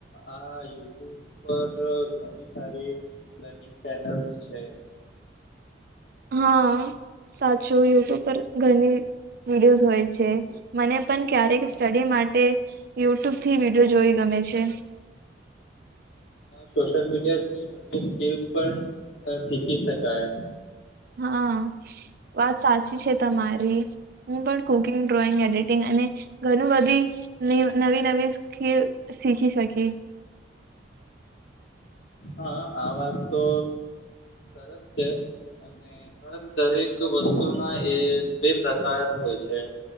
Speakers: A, on the left (about 70°); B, on the right (about 50°).
A: આ યુટ્યુબ પર ઘણી સારી લર્નિંગ ચેનલ્સ છે
B: હા સાચું યુટ્યુબ પર ઘણી વિડીયોઝ હોય છે મને પણ ક્યારેક સ્ટડી માટે યુટ્યુબ થી વિડીયો જોઈ ગમે છે
A: સોશિયલ મીડિયાથી નવી સ્કીલસ પણ શીખી શકાય
B: હા વાત સાચી છે તમારી હું પણ કુકિંગ ડ્રોઈંગ એડિટિંગ અને ઘણું બધી નવી નવી સ શીખી શકી
A: હા આ વાત તો સરસ છે અને હર દરેક એક વસ્તુ ના એ બે પ્રકાર હોય છે